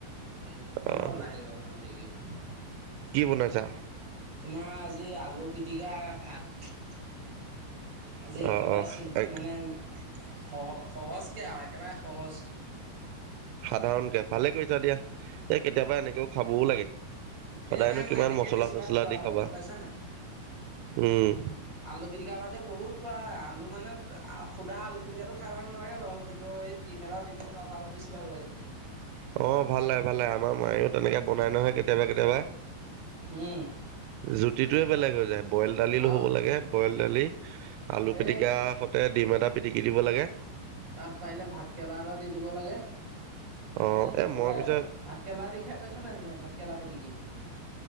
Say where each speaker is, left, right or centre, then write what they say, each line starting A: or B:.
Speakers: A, on the right; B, on the right.
A: তাৰপিছত খাম
B: আহ
A: আৰু লাহেকে অকমান দেৰিকে।
B: কি বনাইছা?
A: তোমাৰ আজি আলু পিটিকা ভাত আজি একেবাৰে
B: অ অ
A: চিন
B: এক
A: মানে সহ সহজকে আৰু একেবাৰে সহজ।
B: সাধাৰণকে ভালে কৰিছা দিয়া এই কেতিয়াবা এনেকেও খাবও লাগে
A: সেই
B: সদায়নো
A: নাই মই
B: কিমান
A: এনেকে
B: মচলা
A: বেছিভাগ
B: চচলা
A: খোৱা
B: দি
A: হয়
B: খাবা
A: গম পাইছা নে নাই।
B: উম।
A: আলু পিটিকা ভাতে বহুত খোৱা হয় আলু মানে সোধা আলু পিটিকাটো খাই ভাল নালাগে বাৰু কিন্তু এই ডিম এটা দি দিলে তাত আৰু বেছি ভাল লাগে
B: অ ভাল লাগে ভাল লাগে আমাৰ মায়েও তেনেকে বনাই নহয় কেতিয়াবা কেতিয়াবা।
A: উম
B: জুতিটোৱে বেলেগ হৈ যায় বইল দালি
A: আৰু
B: লো হ'ব লাগে বইল দালি আলু পিটিকা
A: এই
B: সতে ডিম এটা পিটিকি দিব লাগে।
A: তাত পাৰিলে ভাত কেৰেলা এটা দি দিব লাগে।
B: অ
A: হে নকবাই
B: এ মই পিছে
A: আৰু ভাত কেৰেলা দি খাই পাইছো নে, তেনে ভাত কেলা পিটিকি?